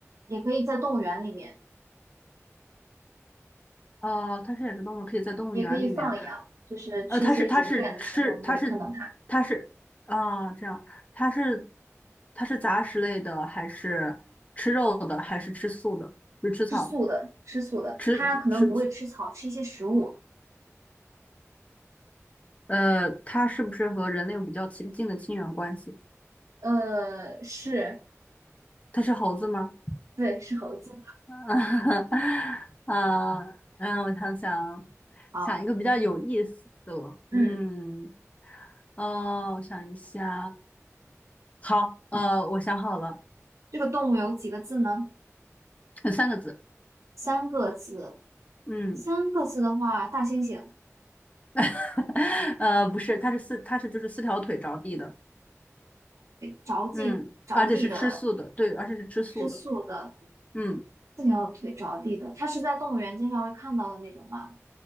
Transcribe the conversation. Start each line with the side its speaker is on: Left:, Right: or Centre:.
Right: 也可以在动物园里面，
Left: 呃，它是野生动物，可以在动物园里面，
Right: 也可以放养，就是去一些景点的时候，
Left: 呃，它是它是吃它是
Right: 你会看到它
Left: 它是啊，这样，它是它是杂食类的，还是吃肉的，还是吃素的，就是吃草的
Right: 吃素的，吃素的，
Left: 吃吃
Right: 它可能不会吃草，吃一些食物。
Left: 呃，它是不是和人类有比较亲近的亲缘关系？
Right: 呃，是，
Left: 它是猴子吗？
Right: 对，是猴子。
Left: <laughs> 啊，嗯，我想想，
Right: 好，
Left: 想一个比较有意思的，
Right: 嗯，
Left: 嗯，哦，我想一下，好，呃，我想好了，
Right: 这个动物有几个字呢？
Left: 有三个字，
Right: 三个字，
Left: 嗯，
Right: 三个字的话，大猩猩，
Left: <laughs> 呃，不是，它是四，它是就是四条腿着地的，
Right: 着地着地的，
Left: 嗯，而且是吃素的，对，而且是吃素的，
Right: 吃素的。
Left: 嗯，
Right: 四条腿着地的，它是在动物园经常会看到的那种吗？